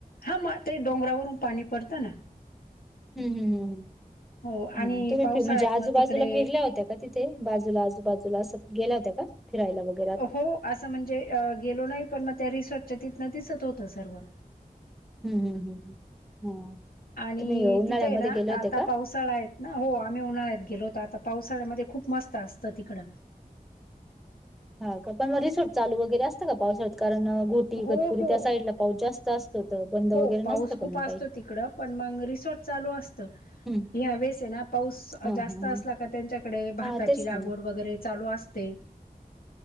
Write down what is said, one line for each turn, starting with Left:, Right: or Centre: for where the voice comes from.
Left: हा म ते डोंगरावरून पाणी पडतं ना.
Centre: हम् हम् हम्
Left: हो आणि
Centre: हम् तुम्ही
Left: पावसाळ्यात
Centre: फि म्हणजे आजूबाजूला
Left: मग तिकडे
Centre: फिरल्या होत्या. का तिथे बाजूला आजूबाजूला अस गेल्या होत्या का फिरायला बघ.
Left: हो असं म्हणजे गेलो अ नाही पण मग त्या रिसॉर्टच्या तिथनं दिसत होतं सर्व.
Centre: हम्म हम्म हम्म हा,
Left: आणि
Centre: तुम्ही उन्हाळ्यामध्ये
Left: तिथं आहे ना
Centre: गेले होते
Left: आता
Centre: का?
Left: पाऊस. तळ आहेत ना हो आम्ही उन्हाळ्यात गेलो होत आता पावसाळ्यामध्ये खूप मस्त असतं तिकडं.
Centre: हा का पण मग सुट चालू वगैरे असत का पावसळात कारण गुत ''--''
Left: हो
Centre: गतपुरी
Left: हो
Centre: त्या साईड ला पाऊस जास्त असतो तर बंद
Left: हो
Centre: वगैरे
Left: पाऊस
Centre: नसतं
Left: खूप
Centre: का मग
Left: असतो
Centre: काही.
Left: तिकडं पण मग रिसॉर्ट चालू असतं.
Centre: हम्म
Left: ह्या वेळेस आहे ना पाऊस
Centre: हा
Left: जास्त
Centre: हा
Left: असला
Centre: हा.
Left: का त्यांच्याकडे भाताची
Centre: हा तेच
Left: लागवड
Centre: ना मग
Left: वगैरे चालू असते.